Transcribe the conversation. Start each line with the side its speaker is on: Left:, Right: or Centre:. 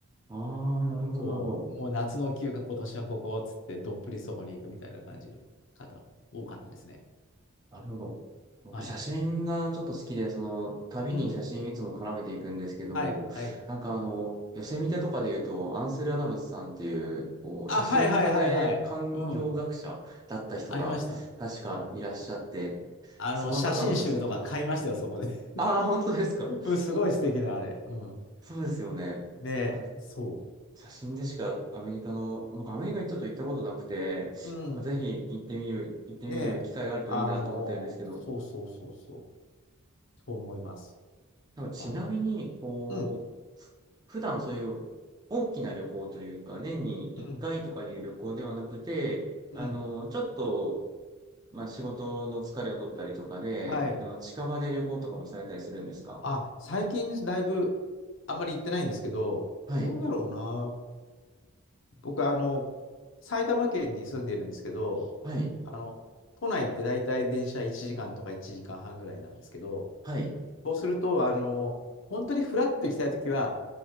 Right: ああ、なるほど、
Left: こう、
Right: なるほど。
Left: もう夏の休暇今年はここっつってどっぷりそこに行くみたいな感じの方、多かったですね。
Right: なるほど。僕、
Left: はい。
Right: 写真がちょっと好きで、その、旅に写真いつも絡めていくんですけど、
Left: うん。はい、はい。
Right: なんかあの、寄せ見てとかで言うと、アンセル・アダムスさんっていう、こう、
Left: あ、
Right: 写真家で環境学者だった人が、
Left: はい、はい、はい、はい。うん。ありました。
Right: 確かいらっしゃって、
Left: うん。あの、
Right: その方の写真とか、
Left: 写真集とか買いましたよ、そこで。
Right: ああ、本当ですか。
Left: <laughs> うん、すごい素敵な、あれ。うん。
Right: そうですよね。
Left: ねえ、
Right: あ
Left: そ
Right: 写真でしかアメリカの、僕アメリカにちょっと行ったことなくて、
Left: う。うん。
Right: なんかぜひ行ってみる、行ってみる機会があるといいなと思ってるんですけど、
Left: ねえ、あのーそうそうそうそう。そう思います。
Right: なんかちなみに、
Left: はい。
Right: こう、
Left: うん、
Right: 普段そういう大きな旅行というか、年に1回とかいう旅行ではなくて、
Left: うん、
Right: あの、
Left: うん。
Right: ちょっと、まあ仕事の疲れを取ったりとかで、
Left: はい。
Right: あの、近場で旅行とかもされたりするんですか
Left: あ、最近だいぶ、あんまり行ってないんですけど、
Right: はい。
Left: どうだろうな。僕、あの、埼玉県に住んでるんですけど、
Right: はい。
Left: あの、都内って大体電車1時間とか1時間半ぐらいなんですけど、
Right: はい。
Left: そうすると、あの、本当にフラッと行きたいときは、